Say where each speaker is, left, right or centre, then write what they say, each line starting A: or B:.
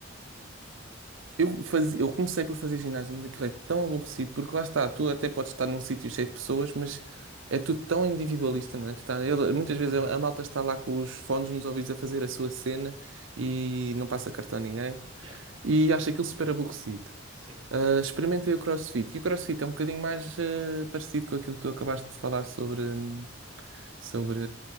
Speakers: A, on the right; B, on the right.
A: Eu, fazia, eu comecei por fazer ginásio, mas aquilo é tão aborrecido, porque lá está, tu até podes estar num sítio cheio de pessoas, mas é tudo tão individualista, não é? Tu tá- ele- muitas vezes
B: Uhum.
A: a, a malta está lá com os fones nos ouvidos a fazer a sua cena e não passa cartão a ninguém
B: Yeah.
A: e acha aquilo super aborrecido.
B: Sim.
A: Ah, experimentei o CrossFit e o CrossFit é um bocadinho mais ah, parecido com aquilo que tu acabaste de falar sobre. hum, sobre